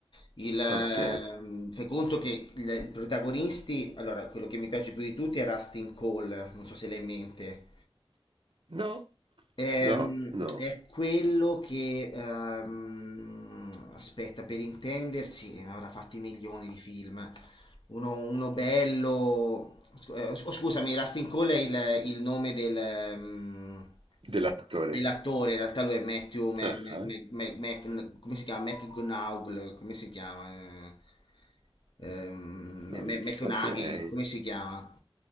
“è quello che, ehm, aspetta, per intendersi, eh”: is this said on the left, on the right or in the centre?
Left